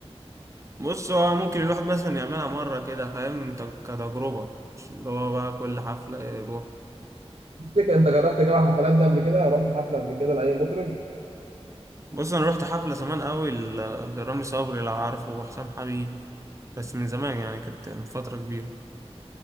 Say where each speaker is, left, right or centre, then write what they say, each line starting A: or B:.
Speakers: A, on the right; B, on the right.
A: بص هو ممكن الواحد مثلا يعملها مرة كده فاهم انت كتجربة مش اللي هو بقى كل حفلة يروح
B: تفتكر أنت جربت جو الحفلات ده قبل كده رحت حفلة قبل كده لأي مطرب
A: بص انا رحت حفلة زمان قوي ل- لرامي صبري لو عارفه وحسام حبيب بس من زمان يعني كانت من فترة كبيرة